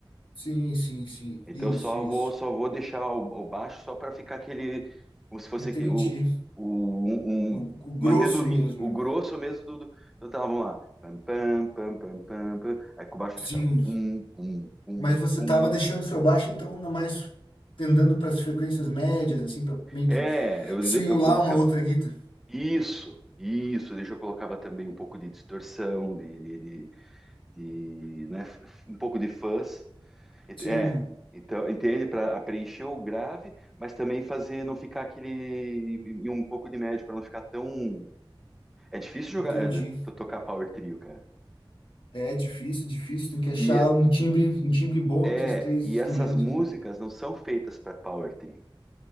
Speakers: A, on the left (about 70°); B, in the centre.
A: Sim, sim, sim.
B: Então
A: Isso,
B: eu só
A: isso.
B: vou só vou deixar o, o baixo só para ficar aquele como se fosse
A: Entendi.
B: que- o, o um,
A: O,
B: um-
A: o grosso
B: mantendo o ritmo,
A: mesmo, né?
B: o grosso mesmo do, do então tá, vamos lá. Pam, pam, pam, pam, pam, pam. Aí com o baixo
A: Sim.
B: fica pum, pum, pum,
A: Mas você
B: pum.
A: estava deixando seu baixo, então, na mais tendendo para as frequências médias, assim, para meio
B: É,
A: que
B: eu
A: simular
B: eu colocar
A: uma outra guitarra.
B: isso, isso, deixa eu colocava também um pouco de distorção, de, de, de- de, né, f- um pouco de fuzz Ent-
A: Sim,
B: É, então, entende? Para preencher o grave, mas também fazer não ficar aquele. e um pouco de médio, para não ficar tão. É difícil jogar,
A: entendi.
B: é, to- tocar power trio, cara.
A: É difícil, difícil. Tem que achar
B: E
A: um timbre, um timbre bom
B: é,
A: entre os três
B: e
A: instrumentos,
B: essas músicas
A: né?
B: não são feitas para power trio.